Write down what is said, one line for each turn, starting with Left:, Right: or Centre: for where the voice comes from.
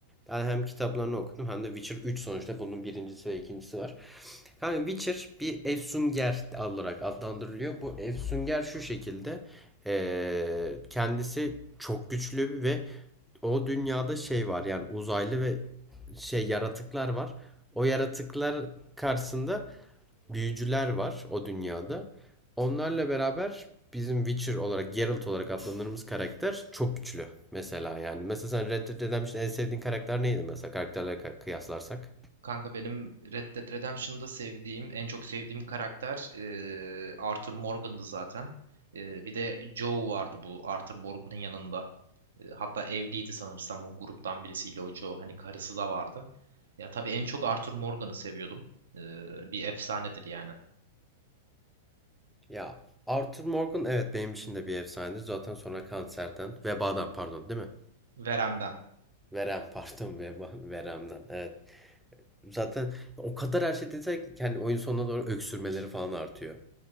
Centre: Ben hem kitaplarını okudum hem de Witcher üç sonuçta bunun birincisi ve ikincisi var. Kanka Witcher bir efsunger olarak adlandırılıyor. Bu efsunger şu şekilde. ee, kendisi çok güçlü ve o dünyada şey var yani uzaylı ve şey yaratıklar var. O yaratıklar karşısında büyücüler var o dünyada. Onlarla beraber bizim Witcher olarak, Geralt olarak adlandırdığımız karakter çok güçlü. Mesela yani. Mesela sen Red Dead Redemption'da en sevdiğin karakter neydi mesela karakterlere kıyaslarsak?
Right: Kanka benim Red Dead Redemption'da sevdiğim, en çok sevdiğim karakter e, Arthur Morgan'dı zaten. E, bir de Joe vardı bu Arthur Morgan'ın yanında. E, hatta evliydi sanırsam o gruptan birisiyle o Joe. Hani karısı da vardı. Ya tabii en çok Arthur Morgan'ı seviyordum. E, bir efsanedir yani.
Centre: Ya Arthur Morgan evet benim için de bir efsanedir. Zaten sonra kanserden, vebadan pardon değil mi?
Right: Verem'den.
Centre: Verem pardon veba, veremden evet. Zaten o kadar her şey desek yani oyun sonuna doğru öksürmeleri falan artıyor.